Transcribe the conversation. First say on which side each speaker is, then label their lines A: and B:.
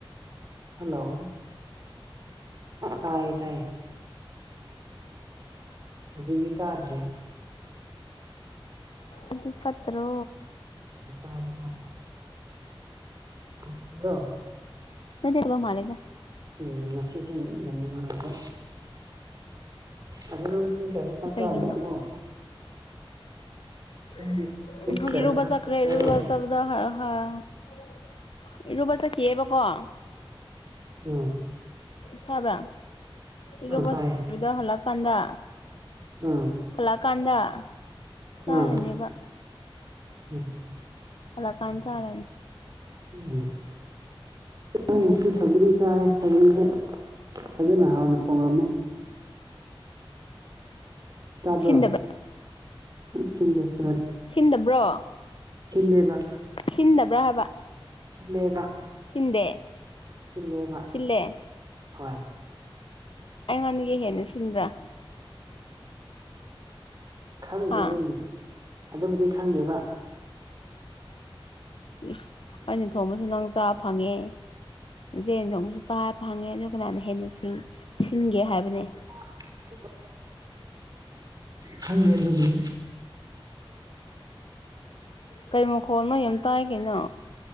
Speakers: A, on the right; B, on the left.
A: ꯍꯜꯂꯣ ꯇꯥꯏ ꯇꯥꯏ ꯍꯧꯖꯤꯛꯇꯤ ꯇꯥꯗ꯭ꯔꯦ
B: ꯑꯗꯤ ꯐꯠꯇ꯭ꯔꯣ
A: <unintelligible> ꯎꯨ ꯑꯗꫭ
B: <unintelligible> ꯃꯥꯜꯂ‌ꯦꯗ
A: ꯎꯝ ꯉꯁꯤꯁꯦ ꯌꯥꯝ ꯅꯨꯡꯉꯥꯏꯇꯦ ꯑꯗꯣ <unintelligible> <unintelligible>
B: ꯀꯩꯒꯤꯅꯣ ꯎꯨꯝ
A: ꯄꯨꯡ ꯄꯨꯡ
B: <unintelligible>
A: ꯀꯌꯥꯗ ꯆꯥꯛ ꯆꯥꯒꯦ
B: ꯍꯥ
A: ꯍꯥꯏꯕ꯭ꯔꯣ
B: ꯍꯣꯏ ꯍꯣꯏ ꯏꯔꯨꯕ ꯆꯠꯈꯤꯌ‌ꯦꯕꯀꫭ
A: ꯎꯝ
B: ꯇꯥꯕ꯭ꯔꯥ ꯏꯔꯨꯕ
A: ꯑꯥ ꯇꯥꯏꯌꯦ
B: ꯗꯨꯗ ꯍꯜꯂꯛꯀꯥꯟꯗ
A: ꯎꯝ
B: ꯍꯜꯂꯛꯑꯀꯥꯟꯗ ꯆꯥꯔꯅꯤꯕ
A: ꯑꯥ <unintelligible>
B: ꯍꯜꯂꯀꯥꯟ ꯆꯥꯔꯅꯤ
A: ꯎꯝ <inaudible> ꯉꯁꯤ ꯁꯧꯒꯔꯤ ꯆꯥꯏ ꯁꯧꯒꯔꯤꯁꯦ ꯐꯖꯅ ꯍꯥꯎꯅ ꯊꯣꯡꯉꯝꯃꯦ ꯇꯥꯕ꯭ꯔꯣ
B: ꯁꯤꯟꯗꯕ꯭ꯔꯥ
A: ꯁꯤꯟꯂꯦ ꯈꯔ
B: ꯁꯤꯟꯗꯕ꯭ꯔꯣ
A: ꯁꯤꯟꯂꯦꯕ
B: ꯁꯤꯟꯗꯕ꯭ꯔꯥ ꯍꯥꯏꯕ
A: ꯁꯤꯟꯂꯦꯕ
B: ꯁꯤꯟꯗꯦ
A: ꯁꯤꯟꯂꯦꯕ
B: ꯁꯤꯜꯂꯦ
A: ꯍꯣꯏ
B: ꯑꯩꯉꯣꯟꯗꯒꯤ ꯍꯦꯟꯅ ꯁꯤꯟꯕ꯭ꯔꯥ
A: ꯈꯪꯗꯦ
B: ꯑꯥ
A: ꯑꯗꯨꯕꯨ ꯑꯗꯨꯕꯨꯗꯤ ꯈꯪꯗꯦꯕ
B: ꯏꯁ ꯑꯩꯅ ꯊꯣꯡꯕꯁꯨ ꯅꯪ ꯆꯥ ꯐꯪꯉꯦ ꯖꯦꯟ ꯊꯣꯡꯕꯁꯨ ꯆꯥ ꯐꯪꯉꯦ ꯑꯗꯨ ꯀꯅꯥꯅ ꯍꯦꯟ ꯅꯨꯁꯤ ꯁꯤꯟꯒꯦ ꯍꯥꯏꯕꯅꯦ
A: <inaudible> ꯈꯪꯗꯦ ꯑꯗꯨꯗꯤ
B: ꯀꯩ ꯃꯈꯣꯜꯅꯣ ꯌꯥꯝ ꯇꯥꯏ ꯀꯩꯅꯣ